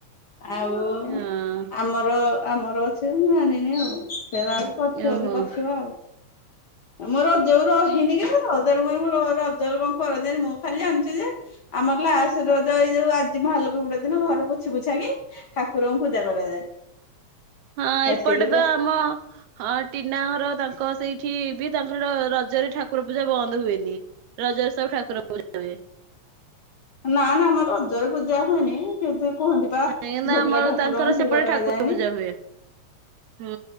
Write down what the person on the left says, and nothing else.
ଆଉ
ଆମର ଆମର ଅଛି ମୁଁ ଆଣିନି ଆଉ, ସେରା। <unintelligible>
ମୋ ରଜକୁ ରହିନି କେଭେତ, ତେଣୁ କରି ମୁଁ ର ରଜ ରେ କଣ କରାଯାଏ, ମୁଁ ଖାଲି ଜାଣିଛି ଯେ ଆମର ଲାସ ରଜ ଏଇ ଯୋଉ ଆଜି ଭାଲୋକ ବୁଡ଼ା ଦିନ ଘର ପୋଛି ପୋଛା କି ଠାକୁରଙ୍କୁ ପୂଜା କରାଯାଏ।
ସେତିକି
ଯା
ନା ନା, ଆମ ରଜରେ ପୂଜା ହୁଏନି। କେତେ କୁହନ୍ତି ବା ଝିଅ
ପିଲା ଠାକୁରଙ୍କୁ
ପୂଜା କରାଯାଏନି।